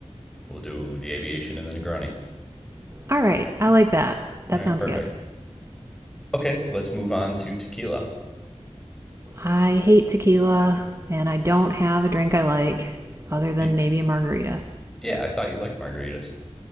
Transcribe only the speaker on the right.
All right, I like that. That
sounds
good.
I hate tequila, and I don't have a drink I like other than
maybe a margarita.